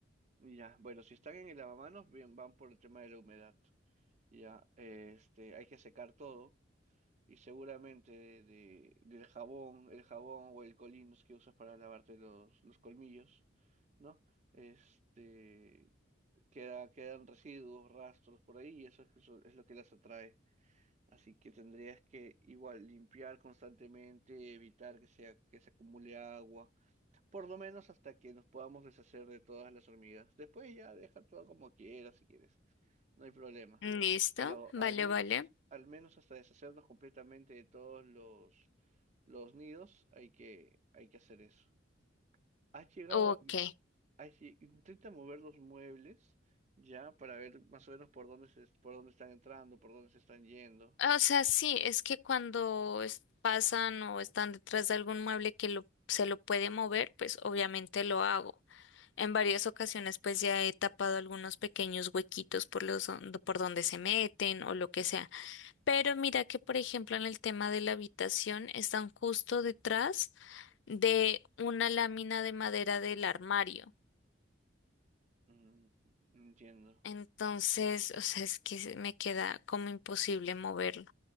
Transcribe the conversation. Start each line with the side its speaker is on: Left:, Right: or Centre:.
Right: Ya, bueno, si están en el lavamanos, bien, van por el tema de la humedad. Ya, eh, este, hay que secar todo Y seguramente de, de- del jabón, el jabón o el Colins que usas para lavarte los, los colmillos, ¿no? Este, queda, quedan residuos, rastros por ahí y eso es, eso es lo que las atrae. Así que tendrías que igual limpiar constantemente, evitar que sea, que se acumule agua, por lo menos hasta que nos podamos deshacer de todas las hormigas. Después ya deja todo como quieras si quieres. No hay problema.
Left: Listo,
Right: Pero
Left: vale,
Right: al menos,
Left: vale.
Right: al menos hasta deshacernos completamente de todos los, los nidos, hay que, hay que hacer eso. ¿Has llegado
Left: Ok.
Right: a, has lle- intenta mover los muebles ya para ver más o menos por dónde se, por dónde están entrando, por dónde se están yendo?
Left: O sea, sí, es que cuando es- pasan o están detrás de algún mueble que lo, se lo puede mover, pues obviamente lo hago. En varias ocasiones pues ya he tapado algunos pequeños huequitos por los, don- por donde se meten o lo que sea. Pero mira que, por ejemplo, en el tema de la habitación están justo detrás de una lámina de madera del armario.
Right: Mm, entiendo.
Left: Entonces, o sea, es que se- me queda como imposible moverlo,